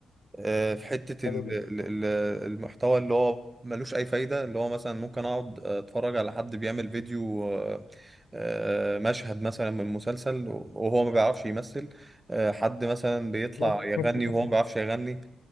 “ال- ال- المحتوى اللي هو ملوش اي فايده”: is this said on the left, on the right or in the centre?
Right